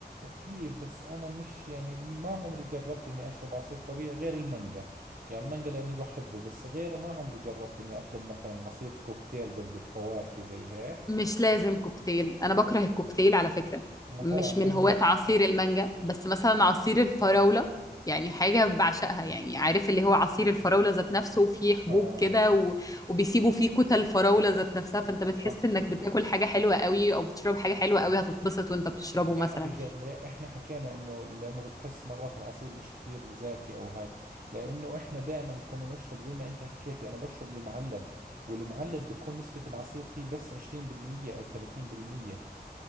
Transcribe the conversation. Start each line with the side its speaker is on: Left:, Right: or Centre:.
Right: في بس أنا مش يعني ما عمري جربت إني أشرب عصير طبيعي غير المانجا يعني المانجا لأني بحبه بس غيره ما عمري جربت إني أطلب مثلا عصير كوكتيل قصدك فواكه زي هيك
Left: مش لازم كوكتيل انا بكره الكوكتيل على فكرة
Right: ما
Left: مش
Right: هو عشان
Left: من هواة
Right: هيك
Left: عصير المانجا بس مثلا عصير الفراولة يعني حاجة بعشقها يعني عارف اللي هو عصير الفراولة ذات نفسه وفيه حبوب
Right: آه
Left: كده و... وبيسيبوا فيه كتل الفراولة ذات نفسها فانت بتحس
Right: صح
Left: انك بتاكل حاجة حلوة قوي او بتشرب حاجة حلوة قوي هتتبسط وانت بتشربه
Right: وبتعرفي
Left: مثلا
Right: شغلة احنا حكينا انه لانه بتحس مرات العصير مش كثير زاكي او هاي لانه احنا دائما كنا نشرب زي ما انت حكيتي انا بشرب المعلب والمعلب بكون نسبة العصير فيه بس 20% او 30%